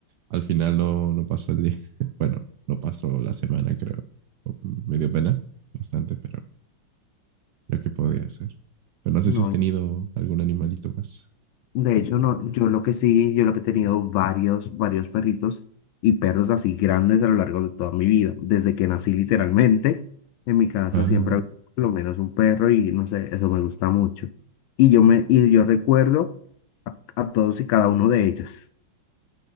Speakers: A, on the right; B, on the left.
A: al final no, no pasó el día. <laughs> Bueno, no pasó la semana, creo. O- mm, Me dio pena bastante, pero lo que podía hacer. Pero no sé
B: No,
A: si has tenido algún animalito más.
B: de hecho no, yo lo que sí, yo lo que he tenido varios, varios perritos y perros así grandes a lo largo de toda mi vida, desde que nací literalmente, en mi casa
A: Ah,
B: siempre había por lo menos un perro y no sé, eso me gusta mucho. Y yo me, y yo recuerdo a, a todos y cada uno de ellos.